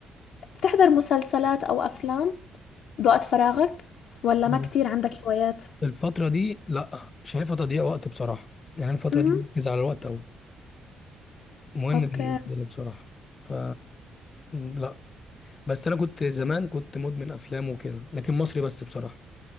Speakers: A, on the left; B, on the left.
A: بتحضر مسلسلات أو أفلام بوقت فراغك ولا
B: مم.
A: ما كتير عندك هوايات؟
B: الفترة دي لأ شايفها تضييع وقت بصراحة يعني الفترة
A: امم
B: دي بركز على الوقت أوي مهم
A: أوكي
B: بالنسبة لي بصراحة ف لأ بس انا كنت زمان كنت مدمن افلام وكده لكن مصري بس بصراحه